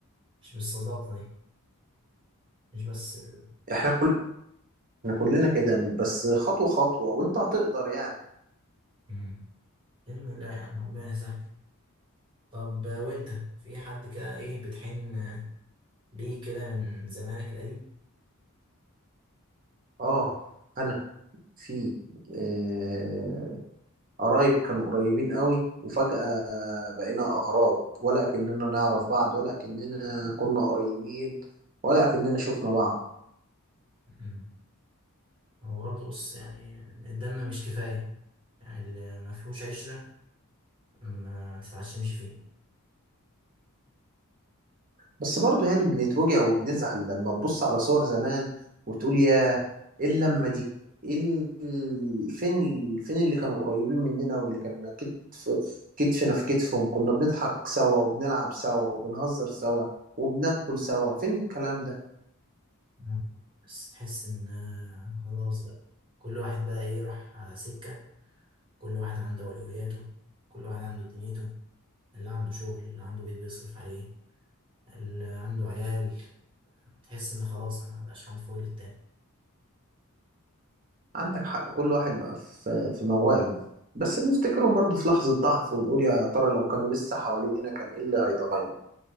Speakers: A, on the right; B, on the right.
A: مش بالصداقة دي مش بس ال...
B: احنا كل احنا كلنا كده بس خطوة خطوة وانت هتقدر يعني
A: مم. بإذن الله يعني ربنا يسهل طب آه، وانت في حد كده ايه بتحن آه، ليه كده من زمانك القديم
B: اه انا في آه، قرايب كانوا قريبين قوي وفجأة بقينا اغراب ولا كأننا نعرف بعض ولا كأننا كنا قريبين ولا كأننا شفنا بعض
A: مم. هو برضه بص يعني الدم مش كفاية يعني اللي ما فيهوش عشرة ما تتعشمش فيه
B: بس برضو يعني بنتوجع وبنزعل لما تبص على صور زمان وتقول يا ايه اللمة دي ايه ال- فين ال... فين اللي كانوا قريبين مننا واللي كان كتف كتفنا في كتفهم كنا بنضحك سوا وبنلعب سوا وبنهزر سوا وبناكل سوا فين الكلام ده
A: مم. بس تحس ان آه، خلاص بقى كل واحد بقى ايه راح آه، سكة كل واحد عنده أولوياته كل واحد عنده دنيته اللي عنده شغل اللي عنده بيت بيصرف عليه اللي عنده عيال تحس إن خلاص ما بقاش حد فاضي للتاني
B: عندك حق كل واحد بقى في في مواله بس بنفتكرهم برضو في لحظة ضعف ونقول يا ترى لو كانوا لسه حوالينا كان ايه اللي هيتغير